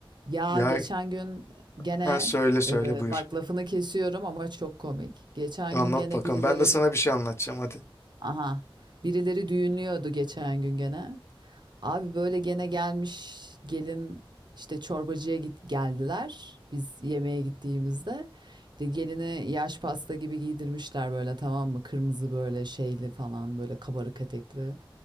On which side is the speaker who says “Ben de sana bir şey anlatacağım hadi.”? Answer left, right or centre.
Left